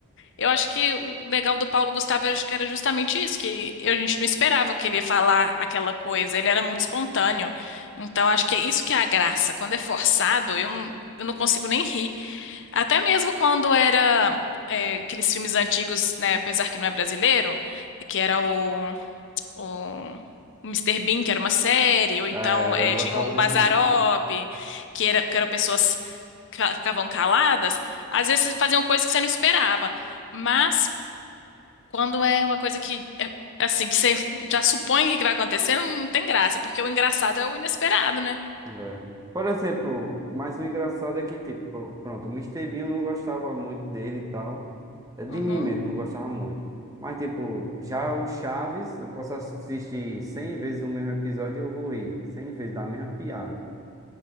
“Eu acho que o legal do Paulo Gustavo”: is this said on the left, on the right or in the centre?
Left